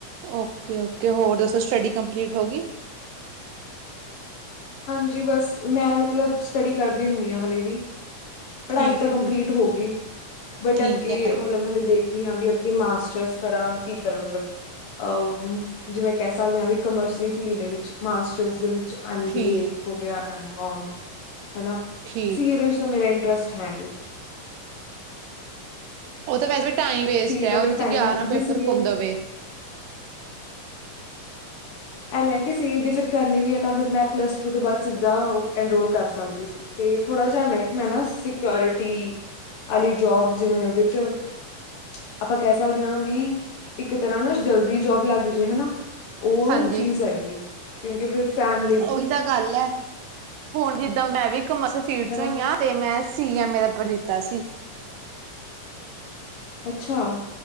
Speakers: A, on the right (about 80°); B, on the left (about 90°).
A: ਓਕੇ ਓਕੇ ਹੋਰ ਦੱਸੋ ਸਟੱਡੀ ਕੰਮਪਲੀਟ ਹੋ ਗਈ।
B: ਹਂਜੀ ਬਸ, ਮੈਂ ਵਧੀਆ ਸਟੱਡੀ ਕਰਦੀ ਹੁੰਦੀ, ਆ ਹਲੇੇ ਵੀ ਪੜ੍ਹਾਈ
A: ਠੀਕ
B: ਤਾਂ,
A: ਹੈ
B: ਕੰਮਪਲੀਟ
A: ਠੀਕ
B: ਹੋ ਗਈ, ਬਟ
A: ਠੀਕ
B: ਅੱਗੇ
A: ਹੈ
B: ਮਤਲਬ ਹਾਲੇ ਦੇਖ ਵੀ ਅੱਗੇ, ਮਾਸਟਰਸ ਕਰਾਂ ਕੀ ਕਰਾਂ, ਮਤਲਬ ਅ ਜਿਵੇਂ ਕਹਿ ਸਕਦੇ ਹਾਂ, ਵੀ ਕਮਰਸਰੀ ਦੀ ਫੀਲਡ ਦੇ, ਵਿੱਚ ਮਾਸਟਰਸ ਦੇ ਐਮ
A: ਠੀਕ
B: ਬੀ ਏ ਹੋ ਗਿਆ, ਐਮ ਕੋਮ ਹਨਾ,
A: ਠੀਕ
B: ਸੀ ਏ ਵਿੱਚ ਤਾਂ ਮੇਰਾ ਇੰਟਰਸਟ ਹੈ ਨਹੀਂ
A: ਉਹ ਤਾਂ ਵੈਸੇ ਵੀ, ਟਾਈਮ ਵੇਸਟ
B: ਸੀਏ
A: ਆ,
B: ਦਾ
A: ਉਹਦੇ
B: ਫਿਰ
A: ਵਿੱਚ
B: ਟਾਈਮ
A: ਗਿਆਰਹ
B: ਜੇ
A: ਪੇਪਰ
B: ਸੀਏ
A: ਹੁੰਦੇ ਵੇ
B: ਐਵੇਂ ਕਿ ਸੀ ਏ, ਜੇ ਫਿਰ ਕਰਨੀ ਵੀ ਹੈ ਤਾਂ, ਫਿਰ ਮੈਂ ਪਲੱਸ ਟੂ ਤੋਂ ਬਾਅਦ, ਸਿੱਦਾ ਐਨਰੋਲ ਕਰ ਸਕਦੀ ਸੀ। ਤੇ ਥੋੜ੍ਹਾ ਜਿਹਾ ਮਹਿਕਮਾ ਨਾ, ਸਿਓਰਿਟੀ ਵਾਲੀ ਜੋਬ ਜਿਵੇਂ ਉਹਦੇ ' ਆਪਾਂ ਕਹਿ ਸਕਦੇ ਹਾਂ ਵੀ, ਇੱਕ ਤਰ੍ਹਾਂ ਨਾ ਜਲਦੀ ਜੋਬ ਲੱਗ ਜੇ ਹਨਾ ਉਹ
A: ਹਾਂਜੀ
B: ਚੀਜ਼ ਹੈਗੀ, ਕਿਉਂਕਿ ਫਿਰ ਫੈਮ
A: ਉਹੀ ਤਾਂ ਗੱਲ ਹੈ, ਹੁਣ ਜਿੱਦਾਂ ਮੈਂ ਵੀ ਕਮ ਫੀਡ ਚ,
B: ਹਨਾ
A: ਹੋਈ ਹ ਤੇ ਮੈਂ, ਸੀ ਐਮੇ ਦਾ, ਪੇਪਰ ਦਿੱਤਾ ਸੀ।
B: ਅੱਛਾ।